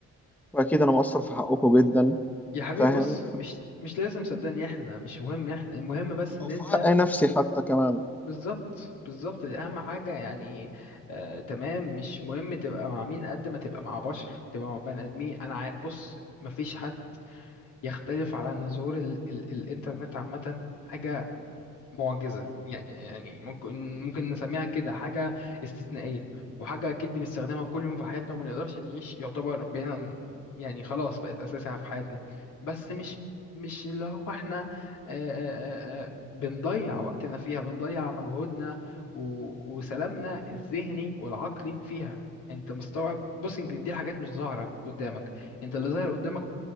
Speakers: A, in the centre; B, on the left.
A: وأكيد أنا مقصر في حقكم جدا
B: يا حبيبي
A: فاهم؟
B: بص مش مش لازم صدقني احنا مش مهم احنا المهم بس ان
A: او
B: انت
A: في حق نفسي حتى كمان
B: بالظبط بالظبط دي اهم حاجة يعني آه تمام مش مهم تبقى مع مين قد ما تبقى مع بشر تبقى مع بني ادمين انا عارف بص مفيش حد يختلف على أن ظهور ال ال الإنترنت عامة حاجة معجزة يعني يعني ممكن ممكن نسميها كده حاجة استثنائية وحاجة أكيد بنستخدمها كل يوم في حياتنا وما نقدرش نعيش يعتبر بينا يعني خلاص بقت أساسية في حياتنا بس مش مش اللي هو إحنا آه، آه، آه، بنضيع وقتنا فيها بنضيع مجهودنا و- وسلامنا الذهني والعقلي فيها انت مستوعب بص يمكن دي الحاجات مش ظاهرة قدامك انت اللي ظاهر قدامك